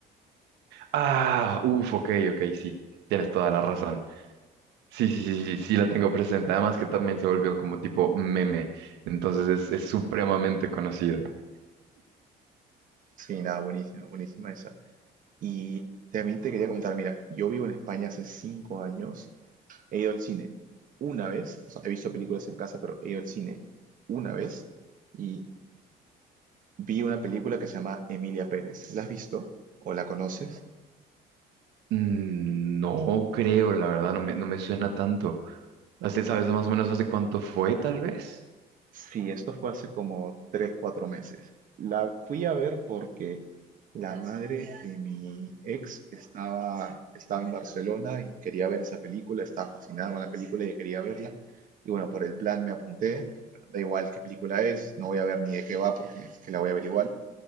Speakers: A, on the right (about 85°); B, on the right (about 50°).
A: Ah, uff, ok, ok, sí, tienes toda la razón. Sí, sí, sí, sí, sí la tengo presente. Además que también se volvió como tipo meme, entonces es, es supremamente conocido.
B: Sí, nada, buenísima, buenísima esa. Y también te quería comentar, mira, yo vivo en España hace cinco años, he ido al cine una vez, o sea, he visto películas en casa, pero he ido al cine una vez y vi una película que se llama Emilia Pérez. ¿La has visto o la conoces?
A: Mm, No creo, la verdad, no me, no me suena tanto. Hace- ¿Sabes más o menos hace cuánto fue, tal vez?
B: Sí, esto fue hace como tres, cuatro meses. La fui a ver porque la madre de mi ex estaba, estaba en Barcelona y quería ver esa película, estaba fascinada con la película y quería verla. Y bueno, por el plan me apunté, bueno, da igual qué película es, no voy a ver ni de qué va porque es que la voy a ver igual.